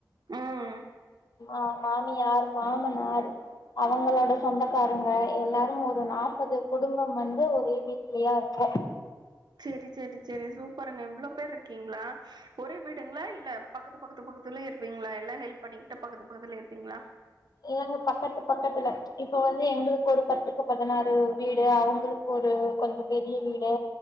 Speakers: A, on the right; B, on the left.
A: ம்
B: ஆஹ் மாமியார் மாமனார் அவுங்களோட சொந்தக்காரங்க எல்லாரும் ஒரு நாற்பது குடும்பம் வந்து ஒரே வீட்லயா இருக்கோம்
A: செரி செரி செரி சூப் பர்ங்க எவ்ளோ பேர் இருக்கீங்களா ஒரே வீடுங்களா இல்ல பக்கத்து பக்கத்து பக்கத்துல இருப்பீங்கள எல்லா ஹெல்ப் பண்ணிக்கிட்டு பக் பக்கத்துலே இருப் ப்பீங்களா
B: இல்லங்க பக்கத்து பக்கத்துல இப்ப வந்து எங்களுக்கு ஒரு பத்துக்கு பதினாறு வீ வீடு அவுங்களுக்கு ஒரு கொஞ்சோ பெரிய வீடு